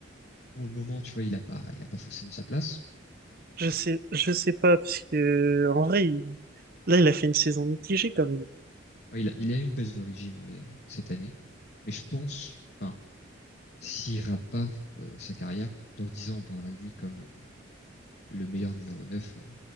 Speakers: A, on the left; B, on the right.
A: Pour le moment, tu vois, il a pas, il a pas forcément sa place.
B: je sais, je sais pas parce que en vrai, il- là, il a fait une saison mitigée quand même.
A: Ouais, il a, il a eu une baisse de régime, ouais, cette année. Mais je pense, enfin, s'il rate pas euh, sa carrière, dans 10 ans, on parlera de lui comme euh, le meilleur numéro 9